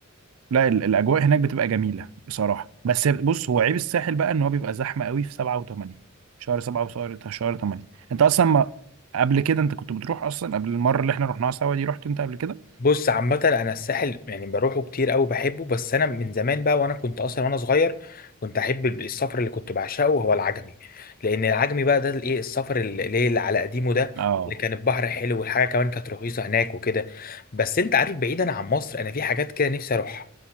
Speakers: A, on the right (about 80°); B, on the left (about 40°).
A: لا ال- الاجواء هناك بتبقى جميله بصراحه بس بص هو عيب الساحل بقى ان هو بيبقى زحمه قوي في 7 و8 شهر 7 وشهر شهر 8 انت اصلا ما قبل كده انت كنت بتروح اصلا قبل المره اللي احنا رحناها سوا دي رحت انت قبل كده
B: بص عامة أنا الساحل يعني بروحه كتير أوي بحبه بس أنا من زمان بقى وأنا كنت أصلا وأنا صغير كنت أحب السفر اللي كنت بعشقه هو العجمي لأن العجمي بقى ده الإيه السفر اللي اللي اللي على قديمه ده
A: اه
B: اللي كان البحر حلو والحاجة كمان كانت رخيصة هناك وكده بس أنت عارف بعيدا عن مصر أنا في حاجات كده نفسي أروحها